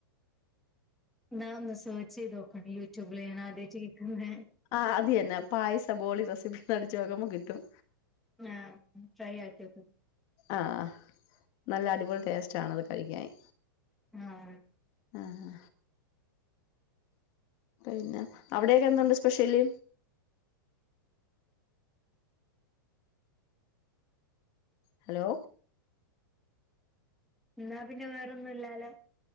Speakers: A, in the centre; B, on the left (about 30°).
A: ഞാൻ ഒന്ന് സേർച്ച് ചെയ്ത് നോക്കട്ട് യൂട്യൂബ് ല് ഞാൻ ആദ്യായിട്ട് കേക്കുന്നേ-
B: ആഹ് അത് തന്നെ പായസ ബോളി റെസിപ്പിന്ന് അടിച്ചു കൊട്ക്കുമ്പോ കിട്ടും.
A: ആഹ് ട്രൈ ആക്കി നോക്ക്-
B: ആഹ് അഹ് നല്ല അടിപൊളി ടേസ്റ്റ് ആണത് കഴിക്കാൻ-
A: ആഹ്.
B: ആഹ്. പിന്നെ അവിടെയൊക്കെ എന്തുണ്ട് സ്പെഷ്യല്- ഹലോ.
A: എന്നാ പിന്നെ വേറൊന്നുല്ലാലോ-